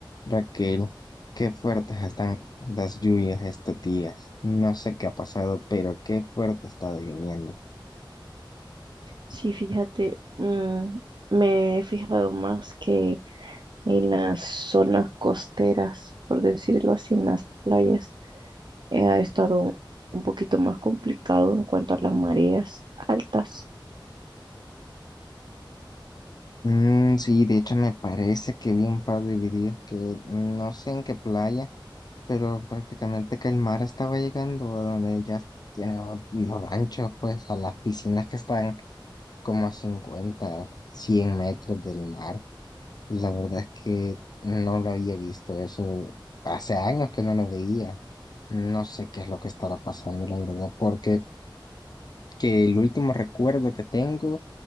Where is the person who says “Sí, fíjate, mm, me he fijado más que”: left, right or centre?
Right